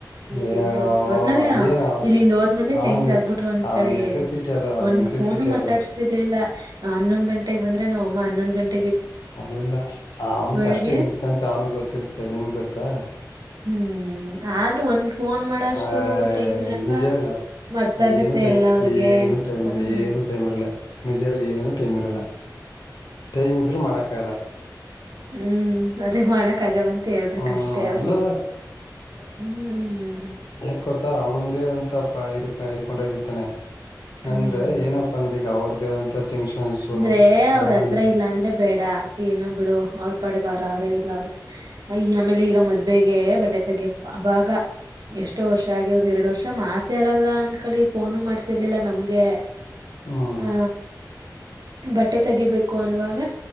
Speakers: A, on the left; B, on the right.
A: ಯಾ-
B: ಚೇಂಜ್ ಆಗ್ಬ ಒಟ್ಟನಲ್ಲಿ
A: ಏನೋ
B: ಇಲ್ಲಿಂದ ಹೋದ್್ಮೇ
A: ಅವನ್
B: ಚೇಂಜ್ ಆಗ್ಬಿಟ್್ರರು ಒಂದ್
A: ಅವನ್
B: ಕಡೆ
A: ನೆಸೆಸಿಟಿ ಅದು ಅದ್
B: ಒಂದ
A: ನೆಸೆಸಿಟಿ
B: ಫೋನು
A: ಅದು
B: ಮಾತಾಡ್ಸ್ತಿರ್ಲಿಲ್ಲ ಹನ್ನೊ್ ಗಂಟೆಗೆ ಬಂದ್ರ ನಾ ಅಮ್ಮ ಹನ್ನೊಂದ್ ಗಂಟೆ
A: ಅಲ್ಲಲ್ಲ ಅವನ್
B: ಬೆಳಿಗ್ಗೆ
A: ಕಷ್ಟ ಏನಿರ್ತ್ತ ಅಂತ ಅವ್ನಗ್ ಗೊತ್ತಿರುತ್ತೆ ನಿಮಗ್ ಗೊತ್ತಾ
B: ಹೂ ಆದ್ರೂ ಒಂದ್ ಫೋನ್ ಮಾಡಷ್ಟು
A: ಆ
B: ಟೈಮ್ ಇರಲ್ವಾ
A: ನಿಜ ಹೇಳ
B: ಮರ್ತಾಗತ್ತೆ
A: ಏನು ಟೈಮ್
B: ಎಲ್ಲ ಅವ್ರಿಗೆ.
A: ಏನು ಟೈಮ್
B: ಹ್ಮ್.
A: ಏನು ಟೈಮ್ ಇರ್ಲ್ಲ ನಿಜ ಹೇಳ ಏನು
B: ಹ್ಮ್,
A: ಟೈಮ್ ಇರಲ್ಲ
B: ಹ್ಮ್.
A: ಟೈಮ್ ಇದ್ರು ಮಾಡಕಾಗಲ್ಲ
B: ಹೂ ಅದೇ ಮಾಡಕ್ ಆಗಲ್ಲಂತೆ ಮತ್ತ ಹೇಳ್ಬೇಕಷ್ಟೆ
A: ಹ್ಮ್
B: ಅವ್ರಿಗೆ
A: ಅಲ್ಲಲ್ಲ
B: ಹೂ ಹೂ
A: ಯಕ್ೋತಾ ಅವಂದೇಏನಂತ ಇದ ಇದ್ಕೊಂಡೋಗಿರ್ತಾನೆ
B: ಹ್ಮ್.
A: ಅಂದ್ರೆ ಏನಪ್ಪ ಅಂದ್ರೆ ಈಗ ಅವ್ರದ ಆದಂತ ಟೆನ್ಷನ್ಸ್
B: ಅಂದ್ರೆ
A: ಫ್ಯಾಮಿಲಿ
B: ಅವ್ರತ್ರ ಇಲ್ಲ ಅಂದ್ರೆ ಬೇಡ ಏನ ಬಿಡು ಅವ್ರ ಪಡುವ ಅವ್ರ ಅವ್ರೇ ಇಲ್ಲ ಅವ್ರೆ ಅಯ ಆಮೇಲೆ ಈಗ ಮದುವೆಗೆ ಬಟ್ಟೆ ತೆಗೆ ಅವಾಗ ಎಷ್ಟೋ ವರ್ಷ ಆಗಿ ಒಂದ್ ಎರಡು ವರ್ಷ ಮಾತಾ ಹೇಳಲ್ಲ ಅನ್ಕಳಿ ಫೋನು ಮಾಡ್ತಿರ್ಲಿಲ್ಲ ನಮ್ಗೆ
A: ಹ್ಮ್
B: ಹ ಬಟ್ಟೆ ತೆಗಿಬೇಕು ಅನ್ವಾಗ